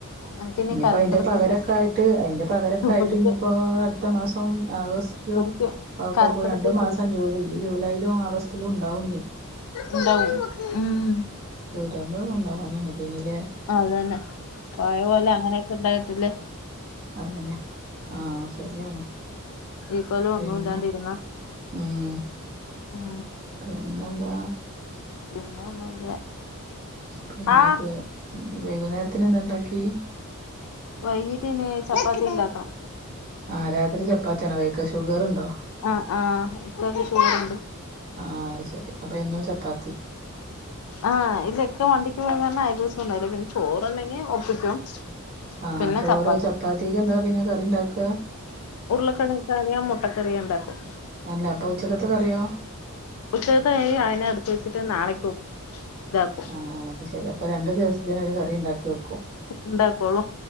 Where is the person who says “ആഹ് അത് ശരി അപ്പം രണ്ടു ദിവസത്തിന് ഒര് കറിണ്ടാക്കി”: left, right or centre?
Right